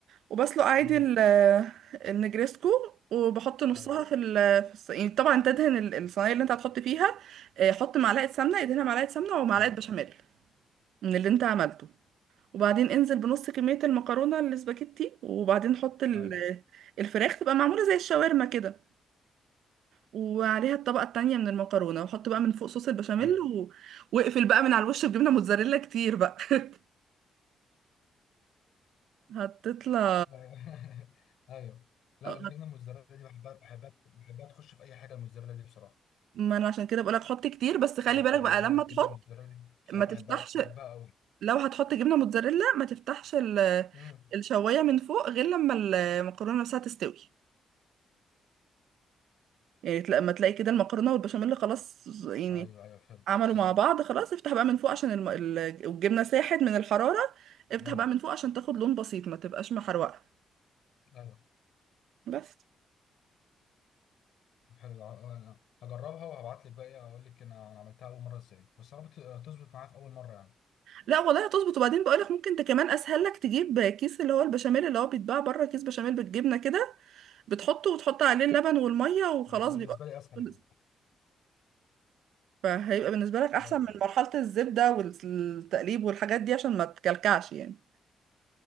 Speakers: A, on the right (about 75°); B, on the left (about 70°).
A: وبسلق عادي
B: امم
A: ال- آه، النجريسكو وبحط نصها
B: ايوه
A: في ال في الص- يعني طبعا تدهن ال- الصينية اللي انت هتحط فيها آه، حط معلقة سمنة ادهنها معلقة سمنة ومعلقة
B: ايوه
A: بشاميل من اللي انت عملته وبعدين انزل بنص كمية المكرونة الاسباجيتي وبعدين حط ال-
B: ايوه
A: آه، الفراخ تبقى معمولة زي الشاورما كده وعليها الطبقة التانية من المكرونة وحط بقى من فوق صوص البشاميل
B: ايوه
A: و... واقفل بقى من على الوش بجبنة موتزاريلا كتير بقى <laughs> هتطلع
B: ايوه <laughs> ايوه لا
A: آه،
B: الجبنه الموتزاريلا دي بحبها بحبها بحبها تخش في اي حاجه الموتزاريلا دي بصراحه
A: ما انا عشان كده بقولك حط كتير بس خلي
B: بجد
A: بالك
B: يعني
A: بقى
B: بلا
A: لما
B: الجبنه
A: تحط
B: الموتزاريلا دي بصراحه
A: ما تفتحش
B: بحبها بحبها قوي
A: لو هتحط جبنه موتزاريلا ما تفتحش ال-
B: امم
A: الشوايه من فوق غير لما المكرونه نفسها تستوي يعني تلا- لما تلاقي كده المكرونه والبشاميل خلاص يعني
B: ايوه ايوه فهمت
A: عملوا
B: فهمت
A: مع بعض خلاص افتح بقى من فوق عشان الم... ال- الجبنه ساحت من الحراره افتح
B: ايوه
A: بقى من فوق عشان تاخد لون بسيط ما تبقاش محروقه
B: ايوه
A: بس
B: طب حلو ده. آه، انا هجربها وهبعت لك بقى ايه اقول لك انا أنا عملتها اول مره ازاي بس يا رب ت- تظبط معايا في اول مره يعني
A: لا والله هتظبط وبعدين بقولك ممكن انت كمان اسهل لك تجيب كيس اللي هو البشاميل اللي هو بيتباع بره كيس بشاميل بالجبنه كده بتحطه وتحط عليه اللبن والمية وخلاص
B: بالنسبه
A: بيبقى
B: لي اسهل
A: خلص.
B: يعني
A: فهيبقى بالنسبة لك أحسن
B: ايوه
A: من
B: ايوه
A: مرحلة الزبدة والتقليب والحاجات دي عشان ما تكلكعش يعني